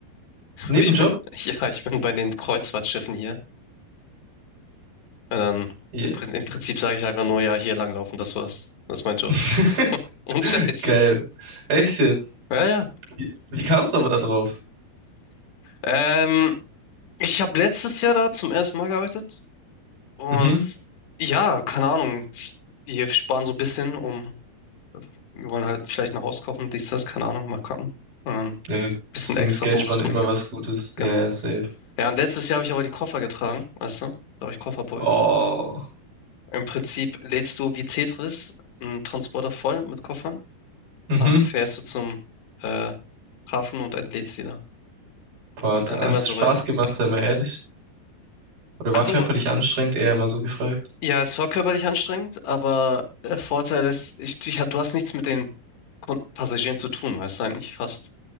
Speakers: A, on the left; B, on the right.
A: <laughs>
B: Nebenjob?
A: Ich bin- Ja, ich bin bei den Kreuzfahrtschiffen hier. Und dann
B: Ja.
A: im, Prin- im Prinzip sage ich einfach nur, ja, hier langlaufen, das war's. Das ist mein Job.
B: <laughs>
A: Ohne Scheiß.
B: Geil. Echt jetzt?
A: Ja, ja.
B: Wie, wie kam es aber da drauf?
A: Ähm, Ich habe letztes Jahr da zum ersten Mal gearbeitet und
B: Mhm.
A: ja, keine Ahnung, wir sparen so ein bisschen, um, wir wollen halt vielleicht ein Haus kaufen, dies, das, keine Ahnung, mal gucken. Und dann ein
B: Ja,
A: bisschen
B: das Ding
A: extra
B: ist Geld
A: Bonus
B: sparen immer
A: man ja,
B: was Gutes.
A: genau.
B: Ja, ja, safe.
A: Ja, und letztes Jahr habe ich aber die Koffer getragen, weißt du, da war ich Kofferboy.
B: Oh.
A: Im Prinzip lädst du wie Tetris einen Transporter voll mit Koffern
B: Mhm.
A: und dann fährst du zum äh, Hafen und entlädst sie da.
B: Boah,
A: Und
B: da
A: dann immer
B: hat es
A: so
B: Spaß
A: weiter.
B: gemacht, sei mal ehrlich. Oder
A: Also
B: war körperlich anstrengend, eher immer so gefragt.
A: Ja, es war körperlich anstrengend, aber der Vorteil ist, ich, ich, du hast nichts mit den Kun- Passagieren zu tun, weißt du eigentlich fast.